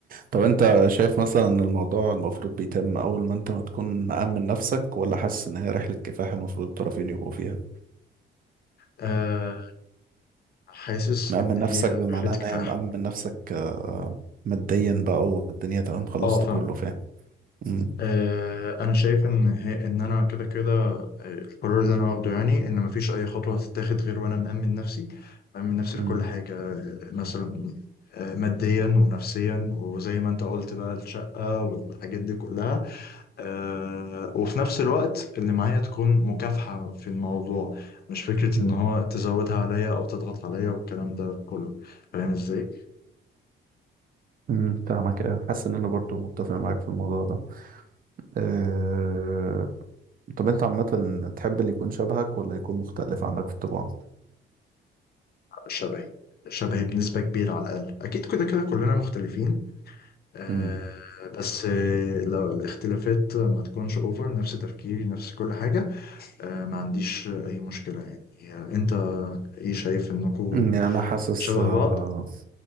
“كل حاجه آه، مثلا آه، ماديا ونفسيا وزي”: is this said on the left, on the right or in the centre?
Left